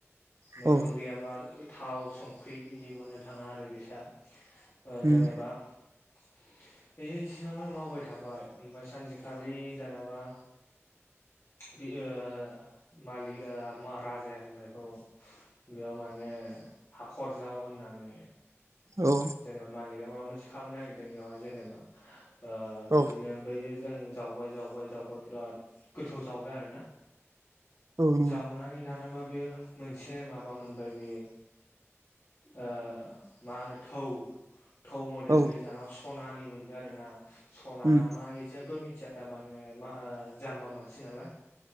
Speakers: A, on the left; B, on the right.
A: मैगं
B: औ
A: गैयाबा थाव संख्रि इदि मोननो थाङा आरो बिसा ओ
B: उम
A: जेनेबा बे इसोरनावनो मावबाय थाबाय ओमफ्राय सानसेखालि दानाबा बे ओ मालि ओ महा राजा जाया होनबाय बेखौ बेयाव माने हाखर जाव होननानै
B: औ
A: जेनेबा मालिका माबा मोनसे खालामनो नागिरदों बेयावहाय जेनेबा ओ
B: औ
A: बिदिनो बै जों जावबाय जावबाय जावबाय बिराद गोथौ जावबाय आरोना
B: औ नंगौ
A: जा <unintelligible> दानाबा बेयो मोनसे माबा मोनबाय बेयो ओ मा होनो थौ थौ मडेल
B: औ
A: बे जानावा सनानि मोनबाय आरोना सना
B: उम
A: ना मा इ जेबो मिथिया <unintelligible> माने मा जाम्बा मानसि नालाय